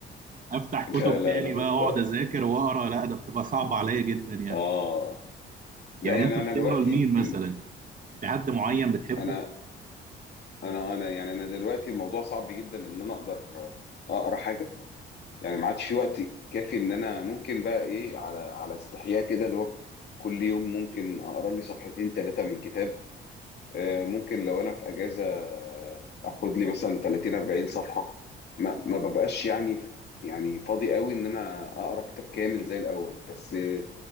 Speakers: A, on the right; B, on the left.
A: أفتح كتب
B: لا، لا،
A: تاني
B: أنا مضطر
A: بقى وأقعد أذاكر وأقرأ لا ده بتبقى صعبة عليا جدا يعني
B: آه. لأ،
A: يعني
B: يعني
A: أنت بتقرأ
B: أنا دلوقتي
A: لمين مثلا؟
B: م
A: في حد معين بتحبه؟
B: أنا أنا أنا يعني أنا دلوقتي الموضوع صعب جدًا إن أنا أقدر أقرا حاجة، يعني ما عادش في وقت كافي إن أنا ممكن بقى إيه، على على استحياء كده اللي هو كل يوم ممكن أقرا لي صفحتين، 3 من كتاب. آه، ممكن لو انا في اجازه آه، اخد لي مثلا 30 40 صفحه ما ما ببقاش يعني يعني فاضي قوي ان انا اقرا كتاب كامل زي الاول بس آه،